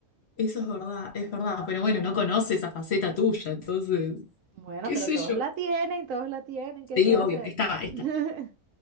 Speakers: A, on the left; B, on the right.
A: Eso es verdad, es verdad. Pero bueno, no conoce esa faceta tuya, entonces,
B: Bueno,
A: qué
B: pero
A: sé
B: todos
A: yo.
B: la tienen, todos la tienen, ¿qué
A: Sí,
B: se va
A: obvio,
B: a hacer?
A: está, está.
B: <laughs>